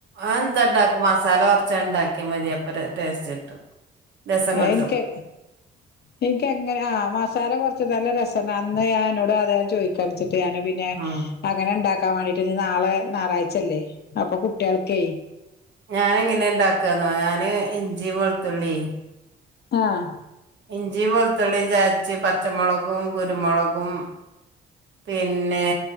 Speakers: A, on the right; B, on the left.
A: ആ എന്താ ഉണ്ടാക്കും മസാല കുറച്ച് ഉണ്ടാക്കിയ മതിയപ്പോ അപ്പോ ടേസ്റ്റ് കിട്ടും രസം കിട്ടും
B: എനിക്ക് എനിക്കങ്ങനെ ആ മസാല കൊറ ച്ച് നല്ല രസാണ് അന്നേ ഞാൻ അന്നോട്‌ അതേ ചോദിക്കാ വെച്ചിട്ട് പിന്നെ
A: ഉം
B: അങ്ങനെണ്ടാക്ക ക്കാൻ വേണ്ടീട്ട് ഇനി നാളെ നാറാഴ്ചല്ലേ അപ്പൊ കുട്ടികൾക്കേ
A: ഞാന് എങ്ങനെ ഇണ്ടാക്കാന്നോ ഞാന് ഇഞ്ചി വെളുത്തുള്ളി
B: ആഹ്
A: ഇഞ്ചിയും വെളുത്തുള്ളിയും ചതച്ച് പച്ചമൊളകും കുരുമൊളകും പിന്നെ